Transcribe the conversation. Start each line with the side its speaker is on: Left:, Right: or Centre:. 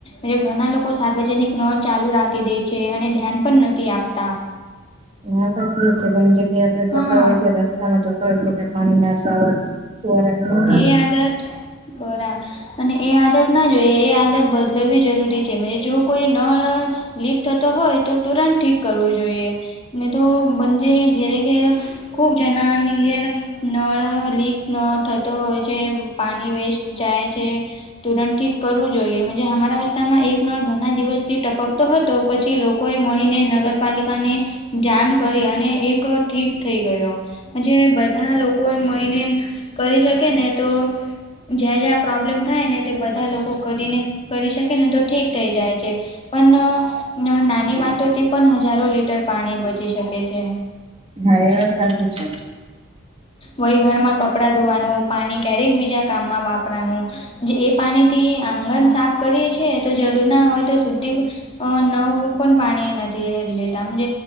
Left: એલે ઘણા લોકો સાર્વજનિક ન ચાલુ રાખી દે છે, અને ધ્યાન પણ નથી આપતા
Right: હ સાકી જ છે ઘણી જગ્યાએ આપણે
Left: હા
Right: ચતા હોય રસ્તામાં ચતા હોય પાણી નાશાવત. કોરા.
Left: એ આદત બરા. અને એ આદતના જોઈએ એ આદત બદલાવવી જરૂરી છે મ જો કોઈ ન. લીક થતો હોય તો તુરંત ઠીક કરવું જોઈએ ને તો બંજે ઘેરે ઘેર. ખૂબ જણા ઘેર. નળ લીક ન થતો હોય છે પાણી વેસ્ટ જાય છે. તુરણ થી કરવું જોઈએ અમારા વિસ્તારમાં એકનો ઘણા દિવસ થી ટપકતો હતો. પછી લોકો એ મળીને નગરપાલિકાને. જાન કરી અને એક ઠીક થઈ ગયો. જે બધા લોકોને મળીને. કરી શકે ને તો જ્યાં જ્યાં પ્રોબ્લેમ થાય ને તે બધા લોકો કરીને. કરી શકે ને તો ઠીક થઈ જાય છે. પણ નાની વાતોથી પણ હજારો લીટર પાણી બચી શકે છે.
Right: હ એવ સાચી છે.
Left: વય ઘરમાં કપડાં ધોવાનું પાણી ક્યારેક બીજા કામમાં વાપરાનું. જે એ પાણીથી આંગણ સાફ કરી છે તો જરૂર ના હોય તો સુદ્ધી. નવ પણ પણ પાણી નથી એ લતાજ.